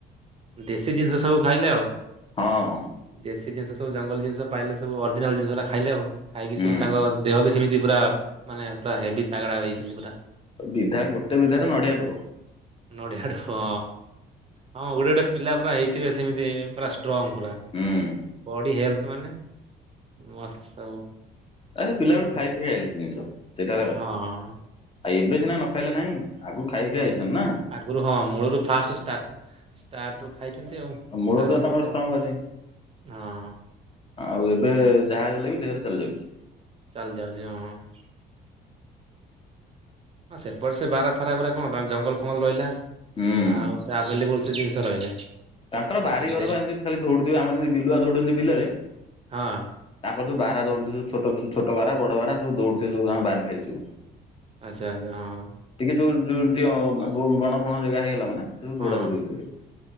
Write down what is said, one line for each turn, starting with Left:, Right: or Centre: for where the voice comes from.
Right: ଦେଶୀ ଜିନିଷ ସବୁ ଖାଇଲେ ଆଉ।
Left: ହଁ
Right: ଦେଶୀ ଜିନିଷ ସବୁ ଜଙ୍ଗଲ ଜିନିଷ ପାଇଲେ ସବୁ ଅରିଜିନାଲ ଜିନିଷଟା ଖାଇଲେ ଆଉ। ଖାଇକି
Left: ହୁଁ
Right: ସବୁ ତାଙ୍କ ଦେହ ବି ସେମିତି ପୁରା ମାନେ ପୁରା ହେଭି ତାଗଡ଼ା ହୋଇଛନ୍ତି ପୁରା।
Left: ବିଧା ଗୋଟେ ବିଧାରେ ନଡିଆ ଢୋ।
Right: ନଡିଆଠୁ ହଁ। ହଁ ଗୋଟେ ଗୋଟେ ପିଲା ପୁରା ହେଇଥିବେ ସେମିତି ପୁରା ଷ୍ଟ୍ର ଷ୍ଟ୍ରଙ୍ଗ୍ ପୁରା
Left: ହୁଁ।
Right: ବଡ଼ି ହେଲଥ ମାନେ ମସ୍ତ ସବୁ।
Left: ଆ ସେ ପିଲା ବେଳୁ
Right: ସବୁ
Left: ଖାଇକି ଖାଇଲେ ସେ ଜିନିଷ ସେଇଟା ହେଲା କଥା
Right: ହଁ
Left: ଆଉ ଏବେ ସିନା ନ ଖାଇଲେ ନାହିଁ। ଆକୁ ଖାଇକି
Right: ନକ
Left: ହେଇଚନ୍ତୀ ନା।
Right: ଆଗରୁ ହଁ ମୂଳରୁ ଫାଷ୍ଟ ଷ୍ଟାର୍ଟ ଷ୍ଟାର୍ଟରୁ ଖାଇଛନ୍ତି ଆଉ।
Left: ମୂଳଦୁଆ
Right: ଆରମ୍ଭରୁ
Left: ତାଙ୍କର
Right: ଆଉ
Left: ଷ୍ଟ୍ରଙ୍ଗ ଅଛି।
Right: ହଁ।
Left: ଆଉ ଏବେ ଯାହା ହେଲେ ବି ଦେହରେ ଚାଲି ଯାଉଛି।
Right: ଚାଲି ଯାଉଛି ହଁ। ହଁ ସେପଟେ ସେ ବାରାହା ଫାରା ଗୁଡ଼ା କଣ ଜଙ୍ଗଲ ଫଙ୍ଗଲ ରହିଲା
Left: ହୁଁ।
Right: ଆଉ ସେ ଆଭେଲେବୁଲ୍ ସେ ଜିନିଷ ରହିଲେ।
Left: ତାଙ୍କର ବାରି ଘର
Right: ଦେ
Left: ବା ଯେମିତି ଖାଲି ଦୌଡୁଥିବେ ଆମର ଯେମିତି ବିଲୁଆ ଧଉଡନ୍ତି ବିଲରେ
Right: ହଁ
Left: ତାଙ୍କ ସବୁ ବାରହା ଦଉଡୁଥିବେ ସବୁ ଛୋଟ ଛୋଟ ବାରହା ବଡ ବାରହା ସବୁ ଦଉଡୁଥିବେ ସବୁ ତାଙ୍କ ବାରି ଫାରି ସବୁ।
Right: ଆଚ୍ଛା ଆଚ୍ଛା ହଁ
Left: ଟିକେ ଯୋଉ ଯୋଉ ଟିକେ
Right: ଅଛ
Left: ବଣ ଫଣ ଜାଗା ହେଇଗଲା ମାନେ ସବୁ ଦୌଡା
Right: ହଁ
Left: ଦୌଡି ହଉଥିବେ